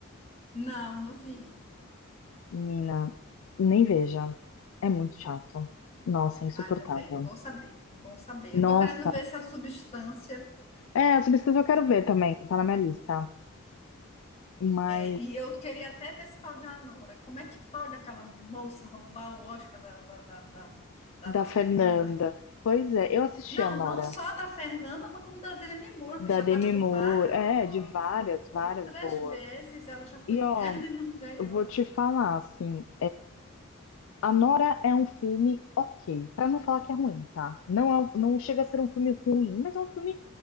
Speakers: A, on the left; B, on the left.
A: Não, não vi.
B: Menina, nem veja. É muito chato. Nossa, é insuportável.
A: Ainda bem, bom saber, bom saber.
B: Nossa.
A: Eu tô querendo ver se a substância,
B: É, essa
A: porque
B: pesquisa eu quero ver também, tá na minha lista. Mas
A: É, E eu queria até ver esse tal de Anora. Como é que pode aquela moça roubar o Oscar da, da, da, da, da
B: Da
A: nossa
B: Fernanda.
A: Fernanda?
B: Pois é, eu assisti
A: Não,
B: a Nora,
A: não só da Fernanda, mas como da Demi Moore,
B: da
A: que já
B: Demi
A: estava no
B: Moore,
A: páreo,
B: é,
A: ó, ó.
B: de várias,
A: Outras
B: várias boas.
A: vezes ela já foi
B: E
A: indicada
B: ó,
A: <laughs> e não ganhou.
B: eu vou te falar assim, a Nora é um filme ok, pra não falar que é ruim, tá? Não é, um, não chega a ser um filme ruim, mas é um filme,